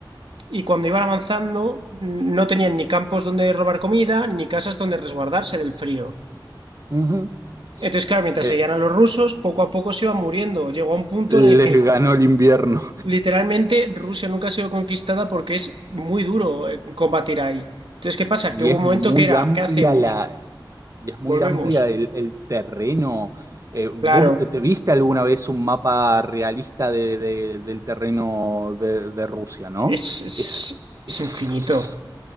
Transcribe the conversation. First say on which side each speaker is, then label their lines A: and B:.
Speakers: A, on the right; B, on the right.
A: y cuando iban avanzando no tenían ni campos donde robar comida, ni casas donde resguardarse del frío.
B: ujú.
A: Entonces, claro, mientras
B: Eh,
A: seguían a los rusos, poco a poco se iban muriendo. Llegó a un punto
B: les
A: en el que
B: ganó el invierno.
A: literalmente Rusia nunca ha sido conquistada porque es muy duro eh, combatir ahí. Entonces, ¿qué pasa?
B: Y
A: Que hubo
B: es
A: un
B: muy
A: momento que era,
B: amplia
A: ¿qué hacemos?
B: la, Y es muy
A: Volvemos.
B: amplia el, el terreno. Eh, ¿vos
A: Claro,
B: te viste alguna vez un mapa realista de- de- del terreno de, de Rusia, ¿no?
A: es, es,
B: Es,
A: es
B: es-
A: infinito.